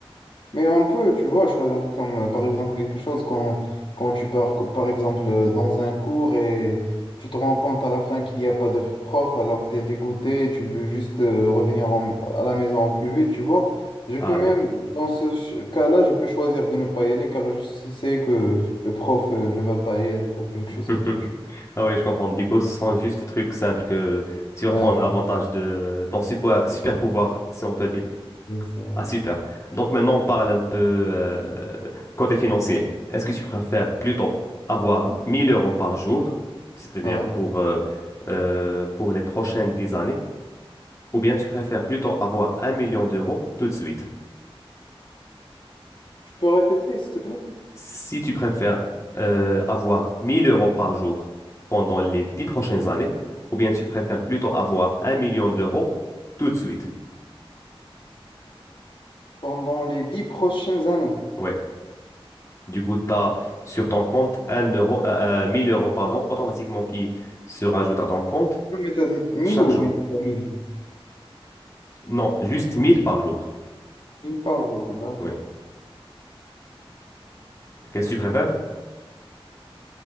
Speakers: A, on the left; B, on the left.
A: mais on peut, tu vois, choisir comme euh, par exemple quelque chose quand, quand tu pars, co- par exemple, euh, dans un cours et tu te rends compte à la fin qu'il n'y a pas de prof, alors tu es dégoûté, tu veux juste euh, revenir en- à la maison au plus vite, tu vois. Je
B: Ah
A: peux même,
B: oui.
A: dans ce ch- cas-là, je peux choisir de ne pas y aller car je sais que le prof euh, ne va pas y être ou quelque chose
B: <laughs>
A: comme ça. je-
B: Ah oui, je comprends. Du coup, ce sont juste des trucs simples que tu vas
A: Ouais,
B: prendre
A: ouais,
B: avantage de ton super pouvoir, si on peut dire.
A: c'est ça.
B: Ah, super. Donc maintenant, on parle un peu euh, côté financier. Est-ce que tu préfères plutôt avoir 1000 euros par jour, c'est-à-dire
A: Ah Ouais.
B: pour, euh, euh, pour les prochaines 10 années, ou bien tu préfères plutôt avoir un million d'euros tout de suite?
A: Tu peux répéter, s'il te plaît?
B: Si tu préfères euh, avoir 1000 euros par jour pendant les 10 prochaines années, ou bien tu préfères plutôt avoir un million d'euros tout de suite?
A: Pendant les dix prochaines années.
B: Ouais. Du coup, tu as sur ton compte un euro, euh, euh, 1000 euros pardon, automatiquement qui se rajoute à ton compte
A: Non, Mais t'as dit 1000
B: chaque
A: ou
B: jour.
A: bien trois mille
B: Non, juste 1000 par jour.
A: Une par jour, d'accord.
B: Oui. Qu'est-ce que tu préfères?